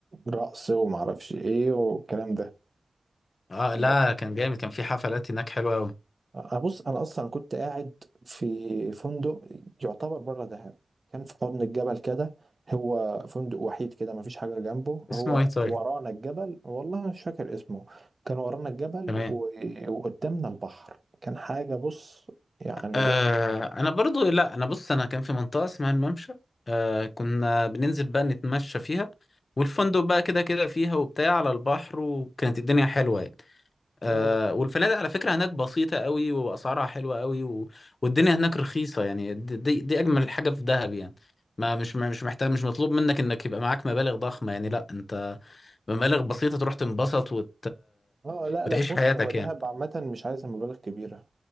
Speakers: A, on the right; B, on the left.
A: رقص ومعرفش ايه والكلام ده
B: اه
A: انا
B: لا
A: رحت
B: كان جامد كان في حفلات هناك حلوة قوي
A: انا بص انا اصلا كنت قاعد في فندق يعتبر بره دهب كان في حضن الجبل كده هو فندق وحيد كده مفيش حاجه جنبه
B: اسمه
A: هو
B: ايه طيب
A: ورانا الجبل والله مش فاكر اسمه كان ورانا الجبل
B: تمام
A: و... وقدامنا البحر كان حاجه بص يعني
B: آه
A: باشا
B: انا برضو لا انا بص انا كان في منطقة اسمها الممشى آه كنا بننزل بقى نتمشى فيها والفندق بقى كده كده فيها وبتاع على البحر وكانت الدنيا حلوة يعني. آه
A: مم.
B: والفنادق على فكرة هناك بسيطة قوي وأسعارها حلوة قوي و... والدنيا هناك رخيصة يعني دي, دي, دي أجمل حاجة في دهب يعني ما مش مش محتاج مش مطلوب منك إنك يبقى معاك مبالغ ضخمة يعني لا أنت بمبالغ بسيطة تروح تنبسط وت...
A: اه لا
B: وتعيش
A: لا بص
B: حياتك
A: هو دهب
B: يعني
A: عامه مش عايزه مبالغ كبيره